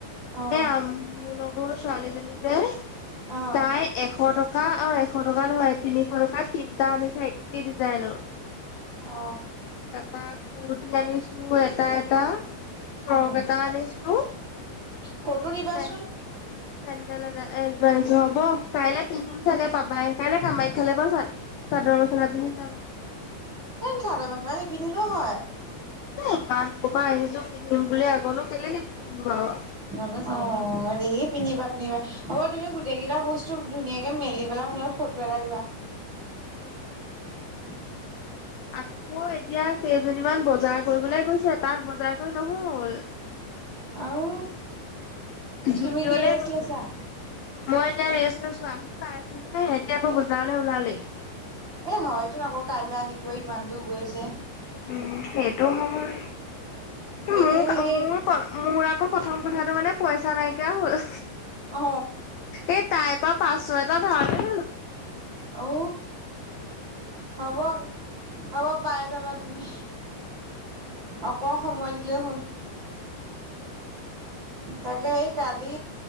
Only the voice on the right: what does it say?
অ
অ
অ।
উম
ফটো দিবাচোন
<unintelligible>
<unintelligible> চাদৰ-মেখেলা নিপিন্ধিলেও হয়।
উৱ দেহি পিন্ধিবা পিন্ধিবা। হ'ব তুমি গোটেই কেইটা বস্তু ধুনীয়াকে মেলি পেলাই মোলে ফটো এটা দিবা।
<unintelligible>
আও।
তুমি কি ৰেষ্ট
লৈছা?
এ, হয়তো আকৌ কাইলৈ আহিবই ইমান দূৰ গৈছে।
এইগদিন সেই
অ,
উ, হ'ব হ'ব, পাই যাবা তুমি। অক, সময় দিলেই হ'ল। তাকে সেই কালি,